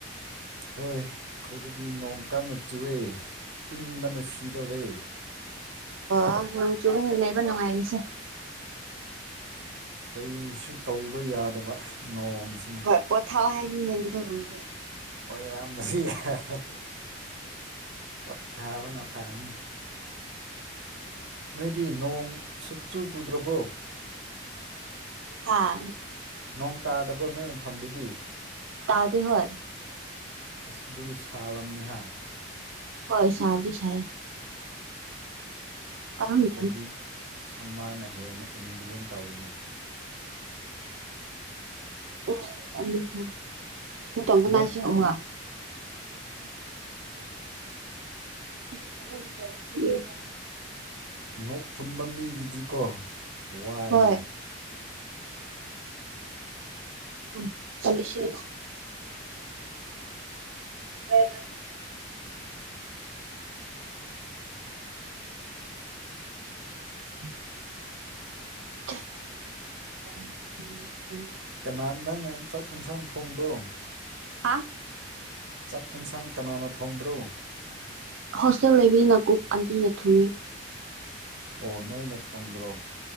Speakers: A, on the right (about 65°); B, on the right (about 85°).
A: ꯍꯣꯏ ꯑꯩꯈꯣꯏꯗꯗꯤ ꯅꯣꯡ ꯀꯟꯅ ꯆꯨꯑꯦ ꯏꯪꯕꯅ ꯁꯤꯗꯣꯔꯦ
B: ꯑꯣ ꯅꯣꯡ ꯆꯨꯕꯅꯤ ꯂꯩꯕ ꯅꯨꯡꯉꯥꯏꯔꯤꯁꯦ
A: ꯀꯩꯁꯨ ꯇꯧꯕ ꯌꯥꯗꯕ ꯅꯣꯡꯁꯤꯅ
B: ꯍꯣꯏ <unintelligible>
A: ꯑꯣꯏꯔꯝꯃꯗꯤ <inaudible> ꯌꯥꯏ <inaudible> ꯄꯣꯠꯊꯕꯅ ꯐꯔꯅꯤ ꯅꯣꯏꯗꯤ ꯅꯣꯡ ꯁꯨꯞ ꯆꯨ ꯆꯨꯗ꯭ꯔꯕꯣ
B: ꯍꯥꯥ
A: ꯅꯣꯡ ꯇꯥꯗꯕ꯭ꯔꯣ ꯅꯣꯏ ꯃꯐꯝꯗꯗꯤ
B: ꯇꯥꯗꯤ ꯍꯣꯏ
A: ꯑꯁ ꯑꯗꯨꯗꯤ ꯁꯥꯜꯂꯝꯅꯤꯍꯥ
B: ꯍꯣꯏ ꯁꯥꯕꯗꯤ ꯁꯥꯏꯌꯦ ꯑꯗꯨꯝ
A: ꯑꯩꯈꯣꯏꯗꯤ
B: ꯌꯥꯅꯤ
A: ꯁꯝꯃꯔꯅ ꯍꯦꯟꯅ ꯏꯪꯕꯒꯨꯝ ꯇꯧꯏꯅꯦ
B: <unintelligible>
A: ꯅꯣꯛ
B: <inaudible> <unintelligible>
A: ꯅꯣꯛ ꯐꯨꯟꯕ ꯃꯤꯒꯤꯗꯤꯀꯣ ꯋꯥꯏꯅꯦ
B: ꯍꯣꯏ ꯎꯝ ꯆꯜꯂꯥꯁꯦ <unintelligible> <inaudible> <inaudible>
A: ꯀꯅꯥ ꯅꯪꯅ ꯆꯥꯛ ꯌꯦꯟꯁꯥꯡ ꯊꯣꯡꯕ꯭ꯔꯣ
B: ꯍꯥ
A: ꯆꯥꯛ ꯌꯦꯟꯁꯥꯡ ꯀꯅꯥꯅ ꯊꯣꯡꯕ꯭ꯔꯣ
B: ꯍꯣꯁꯇꯦꯜ ꯂꯩꯢꯕꯩꯅ ꯀꯨꯛ ꯑꯟꯇꯤꯅ ꯊꯨꯡꯉꯦ
A: ꯑꯣ ꯅꯣꯏꯅ ꯊꯣꯡꯗ꯭ꯔꯣ